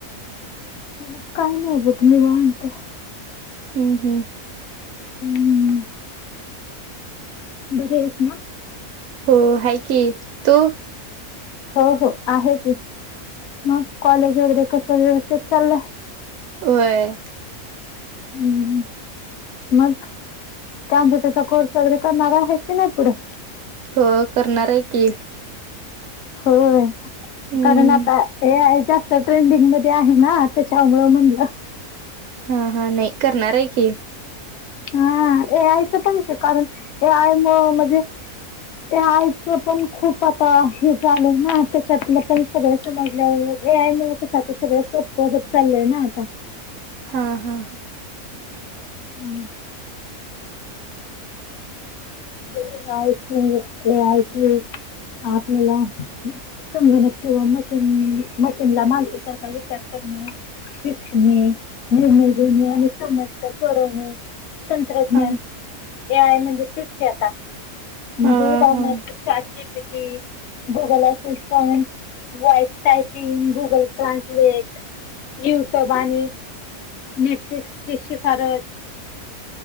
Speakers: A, on the left; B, on the right.
A: मग काय नाही बघ निवांत.
B: हम्म हम्म.
A: हम्म. बरे आहेत ना.
B: हो आहे की तू?
A: हो हो आहे की मग कॉलेज वगैरे कस व्यवस्थित चाललंय?
B: होय.
A: हम्म मग कम्प्युटरचा कोर्स वगैरे करणार आहे की नाही पुढे?
B: हो करणार आहे की.
A: होय
B: हम्म
A: कारण आता हे आहे जास्त ट्रेंडिंग मध्ये आहे ना त्याच्यामुळ म्हणलं.
B: हा हा नाही करणार आहे. की
A: हा ए आयच पण कारण ए आय म म्हणजे ते आईच पण खूप आता हे झाल ना त्याच्यात पण सगळ समजलं. ए आय मूळ कस आता सगळ सोप होत चालय ना आता.
B: हा हां
A: हम्म म्हणजेच हे आच आपल्याला <unintelligible> संगणक किंवा मशीन मशीनला माणसासारख विचार करणे शिक्षणे. निर्णय घेणे आणि समस्या सोडवणे तंत्रज्ञान
B: हा
A: ए आय म्हणजे. ते आता म्हणजे
B: हा हा
A: राहणार
B: हा
A: चारची पेटी. गुगल अूशन voice typing Google translate. YouTube आणि नेटफ्लिक्सची शिफारस.